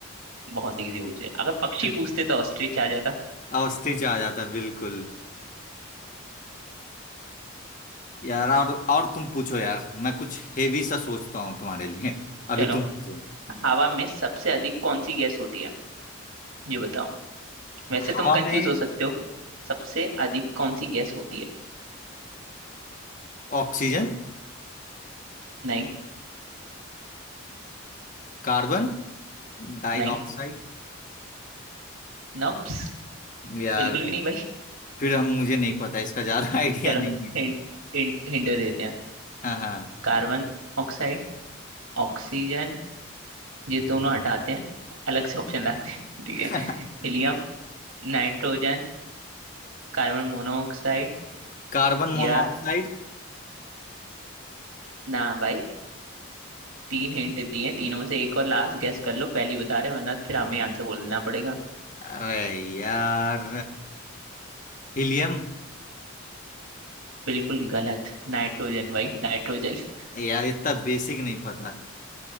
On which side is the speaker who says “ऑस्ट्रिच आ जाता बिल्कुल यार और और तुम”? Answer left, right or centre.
Left